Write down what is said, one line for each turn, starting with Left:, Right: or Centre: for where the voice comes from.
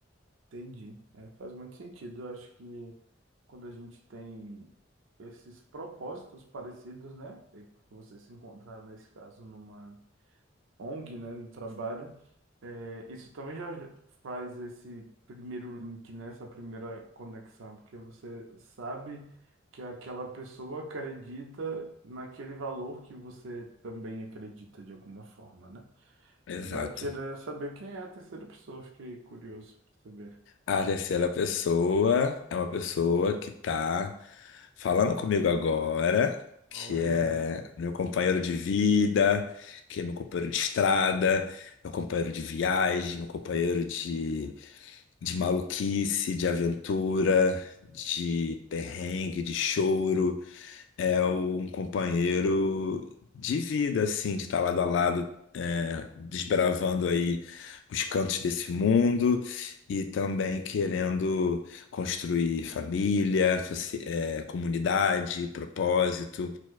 Right: entendi. É, faz muito sentido. Eu acho que quando a gente tem esses propósitos parecidos, né, e vocês se encontraram nesse caso numa ONG, né, no trabalho, é, isso também já faz esse primeiro link, né, essa primeira conexão, porque você sabe que aquela pessoa acredita naquele valor que você também acredita de alguma forma, né?
Left: Exato.
Right: Agora eu queria saber quem é a terceira pessoa, fiquei curioso para saber.
Left: A terceira pessoa é uma pessoa que tá falando comigo agora, que
Right: Olha,
Left: é meu companheiro de vida, que é meu companheiro de estrada, meu companheiro de viagem, meu companheiro de, de maluquice, de aventura, de perrengue, de choro é um companheiro de vida, assim, de estar lado a lado, é, desbravando aí os cantos desse mundo e também querendo construir família, soci- é, comunidade, propósito